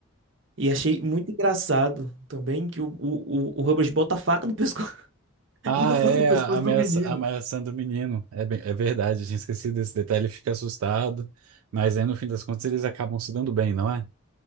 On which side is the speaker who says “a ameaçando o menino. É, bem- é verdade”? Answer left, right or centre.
Right